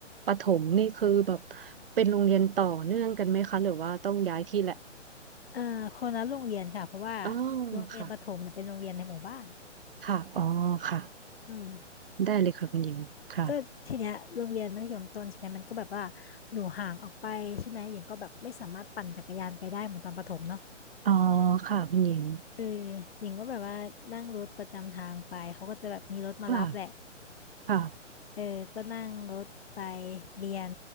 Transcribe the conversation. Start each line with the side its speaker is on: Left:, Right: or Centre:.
Right: ประถมนี่คือแบบเป็นโรงเรียนต่อเนื่องกันไหมคะหรือว่าต้องย้ายที่แหละ
Left: เอ่อคนละโรงเรียนค่ะเพราะว่า
Right: อ๋อ
Left: โรงเรียนประถมเนี่ยเป็นโรงเรียนในหมู่บ้าน
Right: ค่ะค่ะ อ๋อค่ะ
Left: อืม
Right: ได้เลยค่ะคุณหญิงค่ะ
Left: ก็ทีเนี้ยโรงเรียนมัธยมต้นใช่ไหมมันก็แบบว่าอยู่ห่างออกไปใช่ไหมหญิงก็แบบไม่สามารถปั่นจักรยานไปได้เหมือนตอนประถมเนาะ
Right: อ๋อค่ะคุณหญิง
Left: เออหญิงก็แบบว่านั่งรถประจำทางไปเขาก็จะแบบมีรถมารับแหละ
Right: ค่ะค่ะ
Left: เออก็นั่งรถไปเรียน